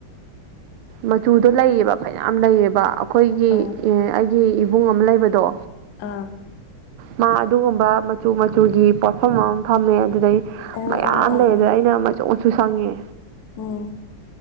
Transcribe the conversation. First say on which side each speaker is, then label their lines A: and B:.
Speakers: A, on the right (about 85°); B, on the left (about 65°).
A: ꯃꯆꯨꯗ ꯂꯩꯌꯦꯕ ꯐꯌꯥꯝ ꯂꯩꯌꯦꯕ ꯑꯩꯈꯣꯏꯒꯤ
B: ꯑꯥ
A: ꯑꯩꯒꯤ ꯏꯕꯨꯡ ꯑꯃ ꯂꯩꯕꯗꯣ
B: ꯑꯥ
A: ꯃꯥ ꯑꯗꯨꯒꯨꯝꯕ ꯃꯆꯨ ꯃꯆꯨꯒꯤ ꯄꯣꯠꯐꯝ ꯑꯃ ꯐꯝꯃꯦ ꯑꯗꯨꯗꯩ
B: ꯑꯣ
A: ꯃꯌꯥꯝ
B: ꯑꯣ ꯑꯣ
A: ꯂꯩ
B: ꯎꯝ
A: ꯑꯗꯨꯗ ꯑꯩꯅ ꯃꯆꯨ ꯃꯆꯨ ꯁꯪꯉꯦ
B: ꯎꯝ